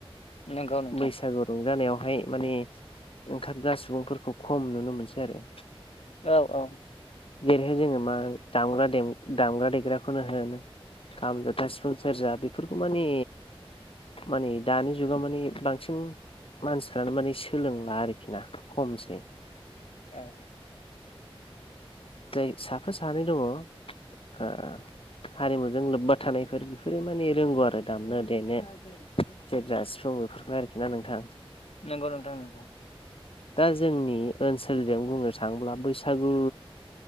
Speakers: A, on the left; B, on the left.
A: नंगौ नोंथां
B: बैसागु रंजानायाव बेहाय माने ओंखारग्रा सुबुंफोरखौ खम नुनो मोनसै आरो
A: औ औ।
B: जेरैहाय जोङो मा दामग्रा दामग्रा देग्राखौनो होनो। खामजथा सिफुं सेरजा बेफोरखौ माने माने दानि जुगाव माने बांसिन मानसिफ्रानो माने सोलोंला आरोखि ना। खमसै।
A: ओं।
B: जाय साफा सानै दंङ ओ हारिमुजों लोब्बा थानायफोर बेफोरो माने रोंगौ आरो दामनो देनो। जेजास्र' बेफोरखौ आरोखि ना नोंथां?
A: नंगौ नोंथां नंगौ।
B: दा जोंनि ओनसोलजों बुंनो थांङोब्ला बैसागु